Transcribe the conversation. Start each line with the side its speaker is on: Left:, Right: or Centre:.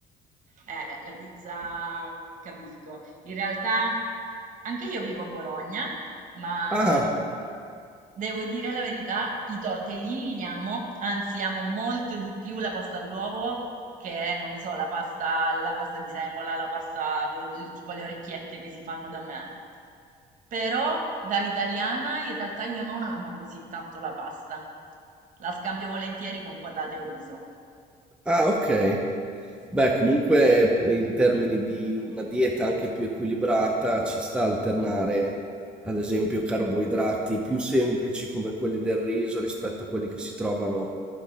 Right: Eh, la pizza capisco. In realtà anche io vivo a Bologna, ma
Centre: Ah,
Right: devo dire la verità, i tortellini li amo, anzi amo molto di più la pasta all'uovo che, non lo so, la pasta, la pasta di semola, la pasta, lo- il- tipo le orecchiette che si fanno da me. Però da italiana in realtà io non amo così tanto la pasta. La scambio volentieri con patate o riso.
Centre: ah, ok. Beh, comunque in termini di una dieta anche più equilibrata ci sta alternare, ad esempio, carboidrati più semplici come quelli del riso rispetto a quelli che si trovano